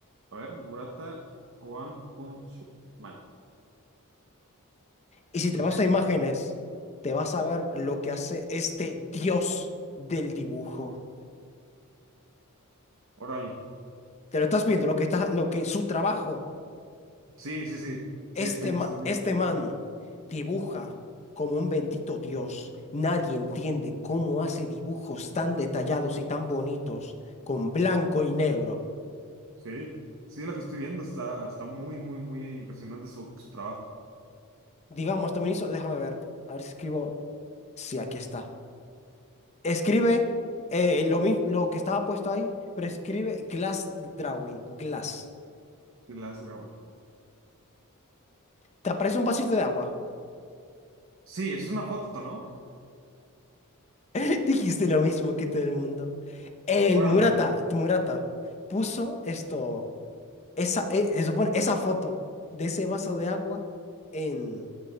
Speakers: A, on the right (about 60°); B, on the left (about 30°).
A: A ver, Murata One Punch Man.
B: Y si te
A: Mangaka.
B: vas a imágenes, te vas a ver lo que hace este dios del dibujo.
A: Órale.
B: Te lo estás viendo, lo que está, lo que su trabajo.
A: Sí, sí, sí. Sí,
B: Este,
A: estoy,
B: ma-
A: estoy viendo.
B: este man dibuja como un bendito dios. Nadie entiende cómo hace dibujos tan detallados y tan bonitos con blanco y negro.
A: Sí. Sí, lo que estoy viendo está, está muy, muy, muy impresionante su, su trabajo.
B: Digamos, también hizo, déjame ver, a ver si escribo. Sí, aquí está. Escribe eh, lo mismo, lo que estaba puesto ahí, pero escribe glass drawing, glass.
A: The Last Dragon.
B: Te aparece un vasito de agua.
A: Sí, es una foto, ¿no?
B: <laughs> Dijiste lo mismo que todo el mundo. El
A: Órale,
B: Murata, Murata puso esto, esa, eh, se supone, esa foto de ese vaso de agua en,